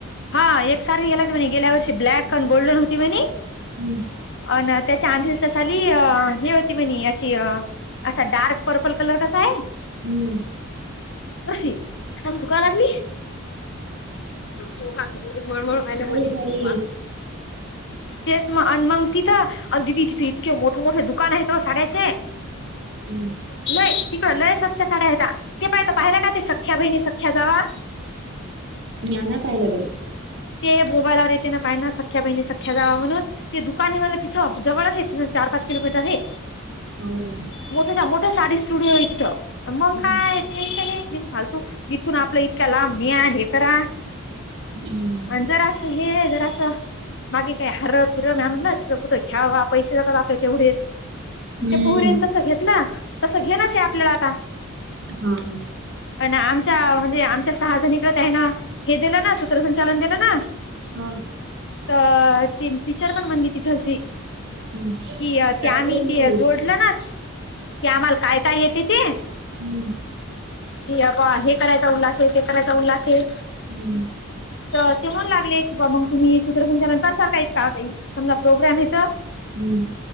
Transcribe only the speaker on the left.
हा एक सारखे गेला की म्हणे गेल्या वर्षी ब्लॅक अ आणि गोल्डन होती म्हणे.
अ ना त्याच्या आंधलचा साली, हे होती म्हणे अशी अ असा डार्क पर्पल कलर कसा आहे
तशी,, अग थुका लागली पोहा म्हणजे मळमळ व्हायला
मली, पोहा
तेच अन मंग तीथं, आणि ददी तिथं इतके मोठं मोठं दुकान आहे ओ साडेचे.
लय तिकडं लय सस्त्या साड्या आहेता,, ते पाहिता पाहिलय काय ते सख्या बहिणी सख्या जावा.
ते मोबाईलवर येत ना पाहि ना सख्या बहिणी सख्या जावा म्हणून,, ते दुकानी मला थ जवळच इथनं चार पाच किलोमीटर हे.
मोठ्याच्या मोठे साडी स्टुडिओ ईथं, न मंग
काय ते कशाला येतील फालतूक, इथून आपला इतका लांब ने आण हे करा
आणि जर असं हे जर असं बाकी काही हरं फिरं म्या म्हणलं तिकडं कुठं घ्यावंवाव पैसे जातात आपले तेवढेच. आन
त्या पोरीच जसं घेतलं, तसं घेनाच आपल्याला आता.
पण आमच्या म्हणजे आमच्या सहाजणीकडं, त्या हेन हे दिलं ना, सूत्रसंचालन दिलं ना हा.
तर ती टीचर पण बनली तिथलची.
ती,
ते आम्ही
ते
जोडल ना की आम्हाला काय काय येते ते?
कि अ हे करायचा उल्हास आहे, ते करायचा उल्हास आहे.
तर ते म्हणू लागले की, बाबा मग तुम्ही सूत्रसंचालन करताल काय? इतकं आहे. समजा प्रोग्राम आहे इथं.